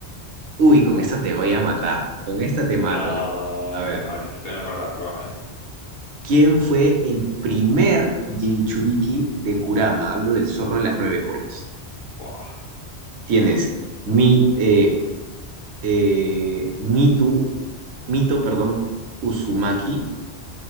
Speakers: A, on the right; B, on the left.
A: uy, con esta te voy a matar. Con esta te
B: No,
A: mato. A ver,
B: no, ahorita estoy en la cuerda floja, eh.
A: ¿quién fue el primer Jinchuriki de Kurama? Hablo del zorro de las nueve colas.
B: Fua.
A: Tienes mi, eh, eh, Mitu, Mito, perdón, Uzumaki,